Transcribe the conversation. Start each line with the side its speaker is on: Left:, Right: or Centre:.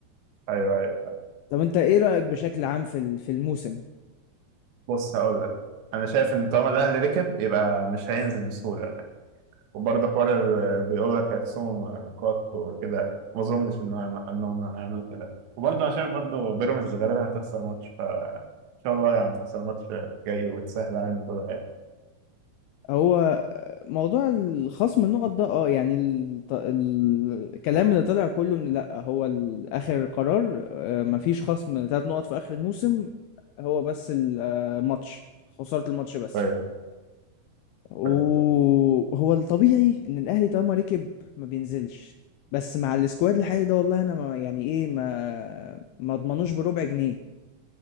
Right: ايوه ايوه فاهم.
Left: طب انت ايه رايك بشكل عام في ال- في الموسم
Right: بص هقول لك انا شايف ان طالما الاهلي ركب يبقى مش هينزل بسهوله وبرضه حوار ال- آه، بيقول لك هيخصموا نقاط وكده ما اظنش ان هم انهم هيعملوا كده وبرضه انا شايف برضه بيراميدز غالبا هتخسر ماتش فان شاء الله يعني تخسر ماتش جاي وتسهل علينا كل حاجه
Left: هو موضوع الخصم النقط ده اه يعني الط- الكلام اللي طلع كله ان لا هو ال- اخر قرار آه، مفيش خصم ثلاث نقط في اخر الموسم هو بس ال- آه، الماتش خسارة الماتش بس
Right: ايوه
Left: وهو
Right: ايوه
Left: الطبيعي ان الاهلي طالما ركب ما بينزلش بس مع السكواد الحالي ده والله انا ما يعني ايه ما ما اضمنوش بربع جنيه